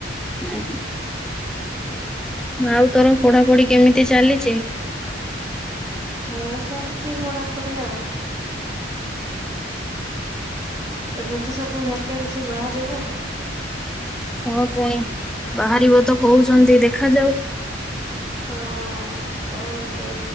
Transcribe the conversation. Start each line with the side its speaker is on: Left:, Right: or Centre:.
Centre: ହୁଁ।
Right: <inaudible>
Centre: ଆଉ ତୋର ପଢାପଢି କେମିତି ଚାଲିଚି।
Right: ହଁ ଚାଲିଛି ପଢାପଢି ଆଉ। ଏବେ ସବୁ ଭକେନ୍ସି ବାହାରିବ।
Centre: ହଁ ପୁଣି ବାହାରିବ ତ କହୁଛନ୍ତି ଦେଖ ଯାଉ
Right: ହଁ କଣ ସେ